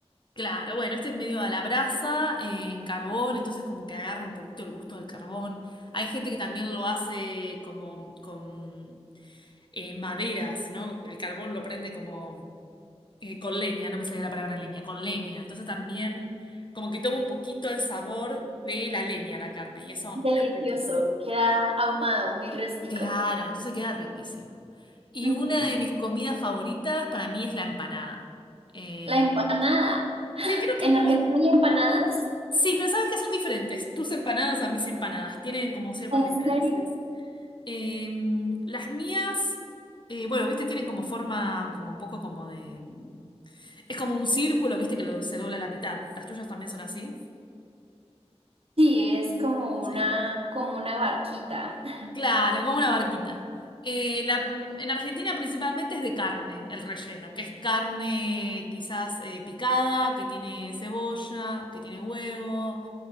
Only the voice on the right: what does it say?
Delicioso,
queda ahumado, muy rústico.
Ujú.
La empanada.
¿En Argentina
hay empanadas?
¿En
serio?
Sí, es como
una, como una barquita. <laughs>